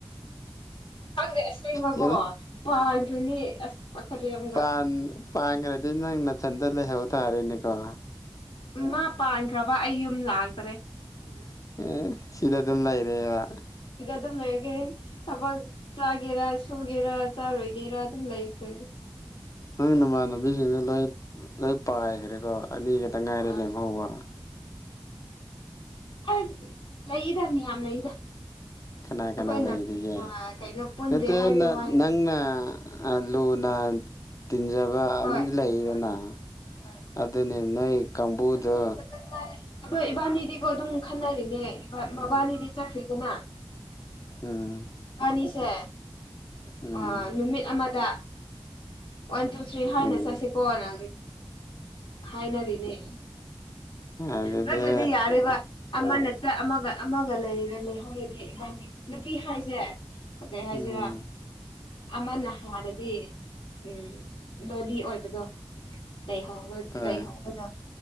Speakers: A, on the left (about 70°); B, on the left (about 40°).
A: ꯈꯪꯗꯦ ꯑꯁ ꯂꯩꯕꯒꯣ
B: ꯌꯨꯝ
A: ꯄꯥꯏꯗ꯭ꯔꯣꯏꯅꯦ ꯑꯁ ꯄꯥꯈꯠꯂꯦ ꯑꯃꯨ
B: ꯄꯥꯟ ꯄꯥꯟꯈ꯭ꯔꯗꯤ ꯅꯪ ꯅꯥꯊꯟꯗ ꯂꯩꯍꯧ ꯇꯥꯔꯅꯤꯀꯣ
A: ꯃꯥ ꯄꯥꯟꯈ꯭ꯔꯕ ꯑꯩ ꯌꯨꯝ ꯂꯥꯛꯇꯔꯦ
B: ꯑꯦ ꯁꯤꯗ ꯑꯗꯨꯝ ꯂꯩꯔꯦꯕ
A: ꯁꯤꯗꯗꯨꯝ ꯂꯩꯔꯒꯦ ꯊꯕꯛ ꯆꯥꯒꯦꯔꯥ ꯁꯨꯒꯦꯔꯥ ꯆꯥꯔꯣꯏꯒꯦꯔꯥ ꯑꯗꯨꯝ ꯂꯩꯈ꯭ꯔꯗꯤ
B: ꯅꯪꯒꯤ ꯅꯃꯥꯟꯅꯕꯤꯁꯤꯡꯗ ꯂꯣꯏ ꯂꯣꯏ ꯄꯥꯏꯈ꯭ꯔꯦꯀꯣ ꯑꯅꯤ ꯈꯛꯇ ꯉꯥꯏꯔꯦ
A: ꯄꯥꯏꯗꯦ
B: ꯂꯦꯝꯍꯧꯕ
A: ꯑꯁ ꯂꯩꯗ ꯃꯤꯌꯥꯝ ꯂꯩꯗ
B: ꯀꯅꯥ ꯀꯅꯥ
A: ꯑꯩꯈꯣꯏꯅ
B: ꯂꯩꯔꯤꯒꯦ
A: ꯀꯩꯅꯣ ꯄꯨꯟꯗꯦ
B: ꯅꯠꯇ
A: ꯍꯥꯏꯕꯒꯤ ꯋꯥꯅꯤꯗꯤ
B: ꯅꯪꯅ ꯂꯨꯅ ꯇꯤꯟꯖꯕ
A: ꯍꯣꯏ
B: ꯑꯃꯗꯤ ꯂꯩꯗꯅ
A: ꯍꯣꯏ ꯍꯣꯏ
B: ꯑꯗꯨꯅꯤ ꯅꯩ ꯀꯥꯡꯕꯨꯗ
A: ꯑꯅꯤ ꯑꯗꯣ ꯏꯕꯥꯅꯤꯗꯤꯒꯣ ꯑꯗꯨꯝ ꯈꯟꯅꯔꯤꯅꯦ ꯃꯕꯥꯅꯤꯗꯤ ꯆꯠꯈ꯭ꯔꯦꯗꯅ
B: ꯎꯝ
A: ꯢꯕꯟꯅꯤꯁꯦ
B: ꯎꯝ
A: ꯑ ꯅꯨꯃꯤꯠ ꯑꯃꯗ ꯋꯥꯟ ꯇꯨ ꯊ꯭ꯔꯤ ꯍꯥꯏꯅ
B: ꯎꯝ
A: ꯆꯠꯁꯤꯀꯣ ꯅ ꯍꯥꯏꯅꯔꯤꯅꯦ
B: ꯑꯗꯨꯗꯤ
A: ꯅꯠꯇ꯭ꯔꯗꯤ ꯌꯥꯔꯦꯕ ꯑꯃꯅ ꯑꯃꯒ ꯑꯃꯒ ꯂꯩꯔ ꯂꯩꯍꯧꯔꯗꯤ ꯅꯨꯄꯤ ꯍꯥꯏꯁꯦ ꯀꯩ ꯍꯥꯏꯁꯤꯔ
B: ꯎꯝ
A: ꯑꯃꯅ ꯍꯥꯟꯔꯗꯤ ꯎꯝ ꯂꯣꯂꯤ ꯑꯣꯏꯕꯗꯣ ꯂꯩꯍꯧꯕ
B: ꯍꯣꯏ
A: ꯂꯩꯍꯧꯕꯗꯣ